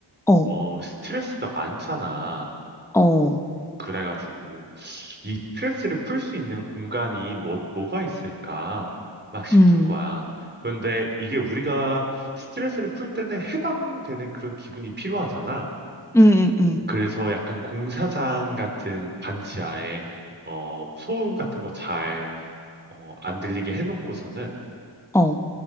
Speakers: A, in the centre; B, on the right.
A: 어,
B: 어, 스트레스가 많잖아.
A: 어,
B: 그래가지고, 이 스트레스를 풀 수 있는 공간이 뭐, 뭐가 있을까? 막 싶은
A: 음,
B: 거야. 그런데 이게 우리가 스트레스를 풀 때는 해방되는 그런 기분이 필요하잖아.
A: 음, 음, 음,
B: 그래서 약간 공사장 같은 반지하에, 어, 소음 같은 거잘 어, 안 들리게 해놓고서는
A: 어,